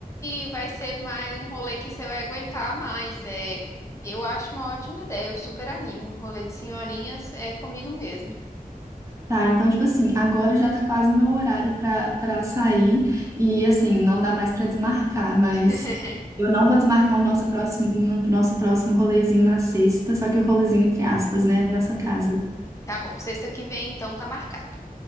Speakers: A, on the left (about 20°); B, on the right (about 20°).
A: e vai ser mais um rolê que você vai aguentar mais. É, eu acho uma ótima ideia, eu super animo. Rolê de senhorinhas é comigo mesmo.
B: Tá, então, tipo assim, agora já tá quase no meu horário pra, pra sair. E, assim, não dá mais pra desmarcar, mas
A: <laughs>
B: eu não vou desmarcar o nosso próximo, no- nosso próximo rolezinho na sexta, só que o rolezinho entre aspas, né? Nessa casa.
A: Tá bom, sexta que vem então tá marcado.